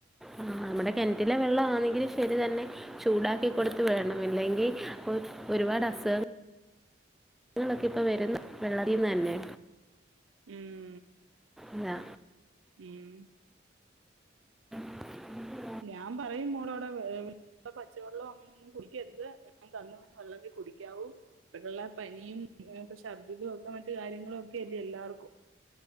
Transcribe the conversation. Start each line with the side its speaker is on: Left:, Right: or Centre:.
Centre: ആ നമ്മടെ കിണറ്റിലെ വെള്ളം ആണെങ്കിലും ശരി തന്നെ. ചൂടാക്കി കൊടുത്ത് വിടണം ല്ലെങ്കി പ്പ ഒരുപാട് അസുഖ. ങ്ങളൊക്കെ ഇപ്പ വരുന് വെള്ള തിന്നന്നെ.
Right: ഉം
Centre: ല്ല.
Right: ഉം
Centre: <inaudible>
Right: ഞാംപറയും മോളോട് വേ പച്ചവെള്ളോ അങ്ങനെ ഒന്നും കുടിക്കരുത്. ഞാൻ തന്ന വെള്ളവേ കുടിക്കാവൂ. നല്ല പനിയും ഛർദ്ധിലും ഒക്കെ മറ്റു കാര്യങ്ങളും ഒക്കെ അല്ലേ എല്ലാർക്കും.